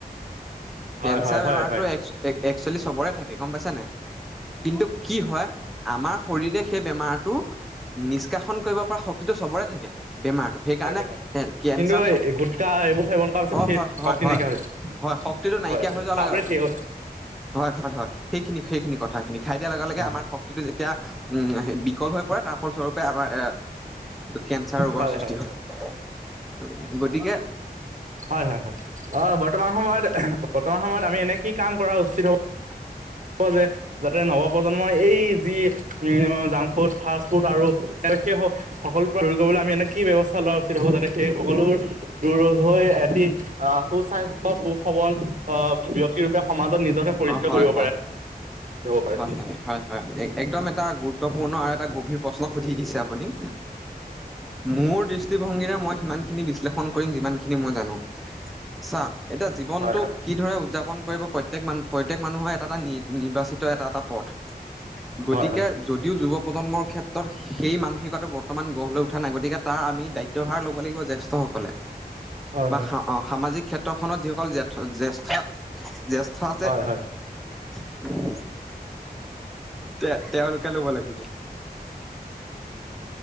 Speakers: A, on the right; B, in the centre.
A: হয়
B: কেন্সাৰ
A: হয় হয়
B: বেমাৰটো এক্কচুৱেলী চবৰে থাকে গম পাইছে নাই? কিন্তু কি হয় আমাৰ শৰীৰে সেই বেমাৰটো নিষ্কাশন কৰিব পৰা শক্তিটো চাবৰে থাকে। বেমাৰটো সেইকাৰণে,
A: তাকে হয়
B: কেঞ্চাৰ
A: কিন্তু গুটখা এইবোৰ সেৱন কৰাৰ পিছত
B: অ
A: সেই
B: হয় হয়
A: শক্তি
B: হয়
A: নাইকিয়া হৈ গৈছে।
B: হয় শক্তিটো নাইকিয়া
A: হয় হয়
B: হৈ যোৱা লগে
A: আপুনি ঠিক কৈছে।
B: হয় হয় হয়। সেইখিনি সেইখিনি কথা কথাখিনি। খাই দিয়াৰ লগে লগে
A: হয়
B: আমাৰ শক্তিটো যেতিয়া উ বিকল হৈ। ত তাৰ ফল স্বৰূপে আমাৰ এ। কেঞ্চাৰ ৰোগৰ
A: হয়
B: সৃষ্টি
A: হয়
B: হয়। গতিকে।
A: হয়, হয়, হয় অ বৰ্তমান সময়ত বৰ্তমান সময়ত আমি এনে কি কাম কৰা উচিত হ'ব।
B: উ।
A: হ যে যাতে নৱপ্ৰজন্মই এই যি জাংক ফাষ্ট ফুড আৰু সেই সকলো পৰা দূৰ কৰিবলৈ আমি এ কি ব্যৱস্থা লোৱা উচিত হ'ব যাতে সেই সকলোবোৰ দূৰ হৈ এটি আহ। সোস্বাস্থ্য সবল আহ ব্যক্তি সমাজত নি পৰিষ্কাৰ
B: হয়
A: কৰিব।
B: অ হয়,
A: পাৰে
B: হয়, হয়, হয়, হয় একদম এটা গুৰুত্বপূৰ্ণ আৰু এটা গভীৰ প্ৰশ্ন। সুধি দিছে আপুনিক মোৰ দৃষ্টিভংগীৰে মই সিমানখিনি বিশ্লেষণ কৰিম যিমান খিনি। সি মই জানো। চাক। এতিয়া জীৱনটো
A: হয় হয়
B: কি ধৰে উদযাপন। কৰিব প্ৰত্যেক মানু্হ প্ৰত্যেক মানুহৰ এটা এটা নিৰ্বাচিত এটা, এটা পথ। গতিকে
A: হয়
B: যদিও যুৱ। প্ৰজন্ম খেট। সেই মানসিকতটো বৰ। ৰ্তমান গঢ় লৈ উঠা নাই গতিকে তাৰ আমি দায়িতভাৰ ল'ব লাগিব জ্যেষ্ঠসকলে।
A: হয়
B: বা
A: হয়
B: সা অ সামাজিক ক্ষেত্ৰখনত যি- অকল জেঠ জ্যেষ্ঠ, জ্যেষ্ঠ আছে
A: হয় হয়
B: <unintelligible> তে তেওঁলোকে ল'ব লাগিব